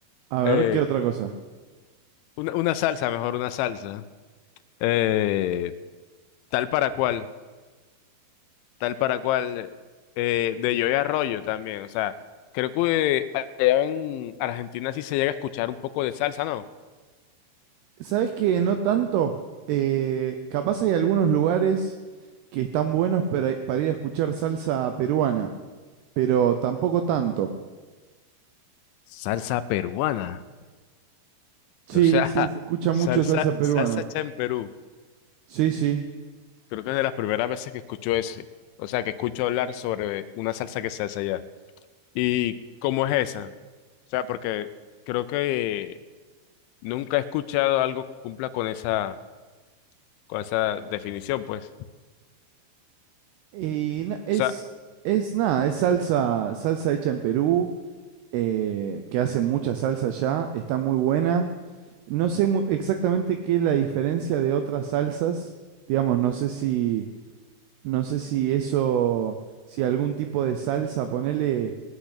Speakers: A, on the right; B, on the left.
A: A ver,
B: Eh,
A: ¿qué otra cosa?
B: una, una salsa, mejor una salsa. Eh, tal para cual, tal para cual. eh, de Joey Arroyo también. O sea, creo que allá en Argentina sí se llega a escuchar un poco de salsa, ¿no?
A: ¿Sabés que no tanto? Eh, capaz hay algunos lugares que están buenos para, para ir a escuchar salsa peruana, pero tampoco tanto.
B: Salsa peruana.
A: Sí,
B: O sea,
A: sí,
B: <laughs>
A: se escucha
B: salsa,
A: mucho salsa peruana.
B: salsa hecha en Perú.
A: Sí, sí.
B: Creo que es de las primeras veces que escucho ese. O sea, que escucho hablar sobre una salsa que se hace allá. ¿Y cómo es esa? O sea, porque creo que Nunca he escuchado algo que cumpla con esa, con esa definición, pues.
A: Y na- es,
B: O sea,
A: es nada, es salsa, salsa hecha en Perú, eh, que hace mucha salsa allá, está muy buena. No sé mu- exactamente qué es la diferencia de otras salsas, digamos, no sé si, no sé si eso, si algún tipo de salsa, ponele,